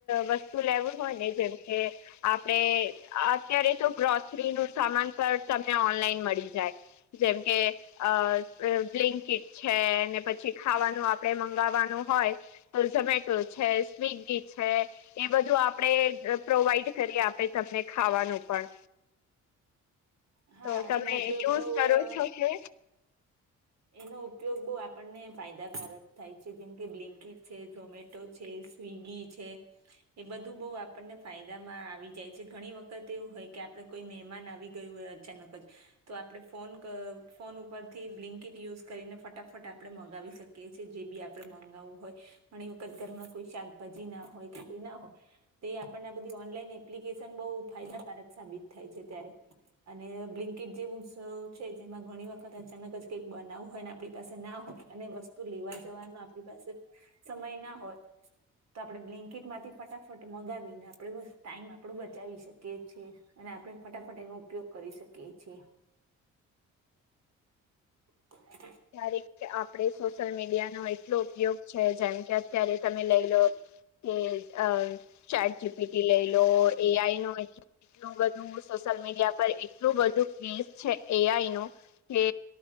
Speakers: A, on the left; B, on the right.
A: વસ્તુ લેવું હોય ને જેમકે આપડે અત્યારે તો ગ્રોસરી નું સામાન પણ તમને ઓનલાઈન મળી જાય. જેમ કે અ બ્લિંકિટ છે ને પછી ખાવાનું આપડે મંગાવવાનું હોય ઝોમેટો છે સ્વિગી છે એ બધું આપડે પ્રોવાઈડ કરી આપે તમને ખાવાનું પણ.
B: હા
A: તો તમે
B: એનો ઉપયોગ
A: ચુઝ
B: બહુ
A: કરો
B: અ,
A: છો કે.
B: એનો ઉપયોગ બહુ આપણને ફાયદાકારક થાય છે જેમ કે બ્લિન્કીટ છેઝોમેટો ટો છે સ્વગી છે. એ બધું બહું આપણને ફાયદામાં આવી જાય છે ઘણી વખત એવું હોય કે આપડે કોઈ મહેમાન આવી ગયું હોય છે તો આપ ફો ફોન ઉપરથી બિલનકિટ યુઝ કરીને ફટાફટ આપણે મંગાવી શકીએ છીએ જે બી આપણે મગાવવું હોય. ઘણી વખત ઘરમાં કોઈ શાકભાજી ના હોય કે તે ના હોય. તે આપણને બધી ઓનલાઈન એપ્લિકેશન બહુ ફાયદાકારક સાબિત થાય છે ત્યારે. અને બ્લિન્કેટ જેવ ઉવ છે જેમાં ઘણી વખત અચાનક જ કેક બનાવું હોય ને આપણી પાસે ના હોય અને વસ્તુ લેવા જવાનું આપણી પાસે સમય ના હોય તો આપડણે બ્લેન્કેટમાંથી ફટાફટ મગાવીને આપડે બસ ટાઈમ આપડો બચાવી શકીએ છીએ. અને આપણે ફટાફટ એનો ઉપયોગ કરી શકીએ છીએ. <unintelligible>
A: ક્યારે આપડે સોશિયલ મીડિયાનો એટલો ઉપયોગ છે જેમ કે અત્યારે તમે લઈ લો કે અ ચેટ જીપીટી લઈ લો એઆઈ નો હે એટલું બધું સોશિયલ મીડિયા પર એક એટલું બધું ક્વિઝ છે એ આઈ નું કે